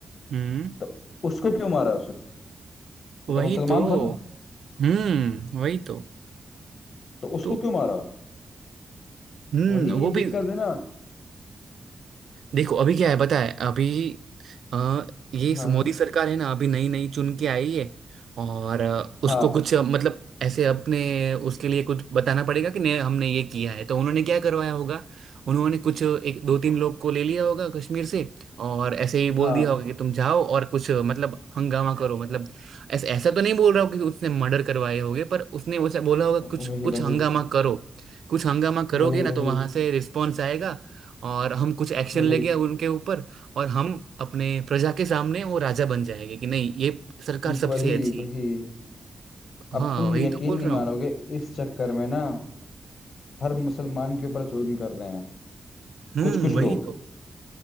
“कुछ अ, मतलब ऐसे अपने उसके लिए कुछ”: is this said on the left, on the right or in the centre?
Right